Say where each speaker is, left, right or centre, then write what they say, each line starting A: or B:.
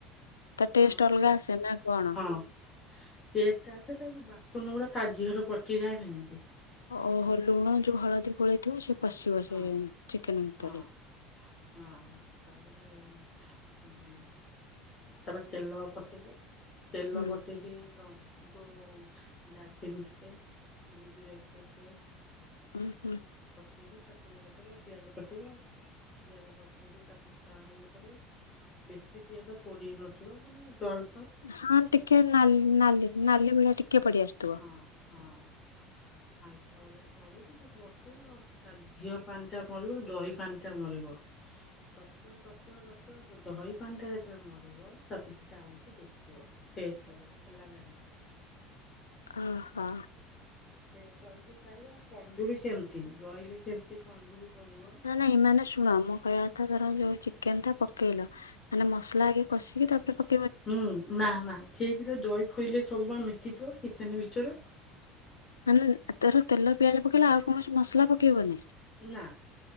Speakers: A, on the left; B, on the left.
A: ତା
B: ହଁ
A: ଟେଷ୍ଟ ଅଲଗା ଆସେ ନା କଣ?
B: ହଁ। କେ ଟା ତାଉ ବାଟନ ଗୁଡା ତା ଦିହରେ ପଚିଯାଏ ଯେମତି।
A: ଓହୋ ଲୁଣ ଯୋଉ ହଳଦୀ ଗୋଳେଇଥିବ ସେ ପଶିବ
B: ହଁ
A: ସେ ଚିକେନ ଭିତରେ?
B: ହଁ ହଁ ତାପରେ ଉ ତାପରେ ତେଲ ପତେଇବ, ତେଲ
A: ହୁଁ
B: ପତେଇକି ଲନ୍ ଯୋଉ ଦାଲତିନୀ ଟିକେ, ଯୁଜୁରାତି ଟିକେ
A: ହୁଁ ହୁଁ।
B: ପେଇକି ତାକୁ ଇଏ ଚଲିବ, ପିଆଜ ପତେଇବ, ପିଆଜ ପତେଇକି ତାକୁ ଇଏ କରିବ। ବେତି ପିଆଜ ପୋଡ଼ିକି ରଖିବ, ମାନେ ଦର
A: ହଁ ଟିକେ ନାଲ-ନାଲି ନାଲି ଭଳିଆ ଟିକେ ପଡି ଆସଥିବ।
B: ହଁ ହଁ ହାଲତା ଓଳିଆ ତରିକି ତାକୁ ତା ଝିଅ ପାଣିଟା ମରିବ, ଦହି ପାଣିଟା ମରିବ, ତତିବ ତତିବ ତତି ଦହି ପାଣି ଟା ଯେତେବେଳେ ମରିବ ତାକୁ ଟିକେ ଆଣିକି ଦେଖିବ। ତେଟ କରିବ ହେଲା ନା ନାହିଁ।
A: ଓ ହଁ।
B: ସେଇଟା ତଳିକି ଖାଇବ, ତନ୍ଦୁୁରୀ କେମିତି, ରହିଲେ କେମିତି ତନ୍ଦୁୁରୀ କରିବ।
A: ନାଇଁମାନେ ଶୁଣ ମୋ କହିବା କଥା ଧର ଯୋଉ ଚିକେନ ଟା ପକେଇଲ ମାନେ ମସଲା ଆଗେ କଷିକି ତାପରେ ପକ
B: ହୁଁ ନା ନା ଠିକ୍ରେ ଦହି ଫଇଲେ ସବୁବେଳେ ମିତିଯିବ ତିତେନ ଭିତରେ।
A: ମାନେ ଧର ତେଲ ପିଆଜ ପକେଇଲା ଆଉ କୌଣସି ମସଲା ପକେଇବନି?
B: ନା